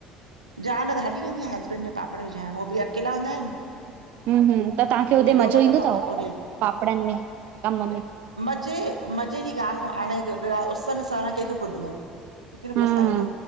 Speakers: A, on the right (about 80°); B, on the right (about 50°).
A: जा न त हली वेंदी आहियां, हस्बैंड जे पापड़ विझाइणु‌, हो बि अकेला हूंदा आहिनि।
B: हु-हु त तव्हांखे हुते
A: एॾो
B: मज़ो
A: लॻंदो
B: ईंदो
A: आ
B: तव,
A: त ओ
B: पापड़नि में- कमु में?
A: मॼे-मॼे ॼी ॻाल्हि न हाणें, केहिड़ा उस्स में सरणु कंहिंखे पुॼंदो? केंखे न
B: हूं
A: पुसाईंदो